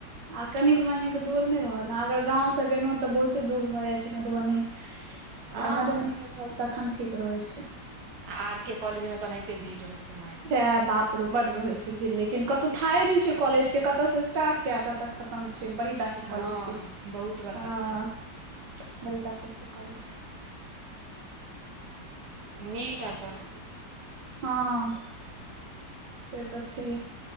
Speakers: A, on the right (about 80°); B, on the right (about 70°).
A: आ कनिक-मनिक दूर नहि रहल आ, अगर गाँवसँ गेलउ तऽ बहुते दूर भऽ जाइ छै मधुबनी।
B: हँ
A: आ मधुबनी
B: हँ
A: में रहल तखन ठीक रहै छै।
B: आ आर के कॉलेज में तऽ अनाहिते भीड़ रहैत छै माइन।
A: सैहे बाप रो, बड्ड रहे छै भीड़ लेकिन कतौ थाहै ने छै कॉलेज के कत्त से स्टारट छै आ कत्त। खतम छै, बड़ी टा के
B: हँ
A: कॉलेज छै
B: बहुत बड़का
A: हँ।
B: छै
A: बड़ी टाकै छै कॉलेज।
B: नीक है अपन।
A: हँ से तऽ छै।